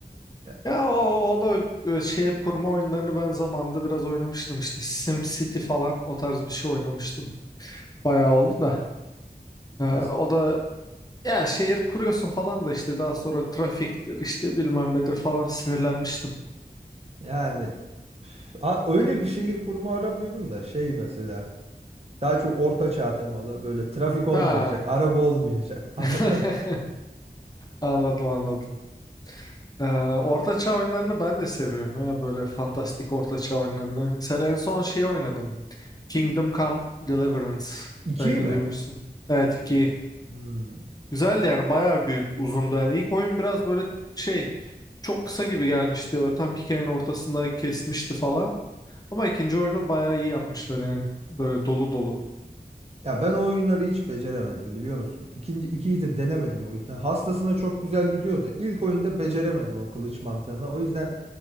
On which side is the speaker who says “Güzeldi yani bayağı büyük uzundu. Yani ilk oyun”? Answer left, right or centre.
Left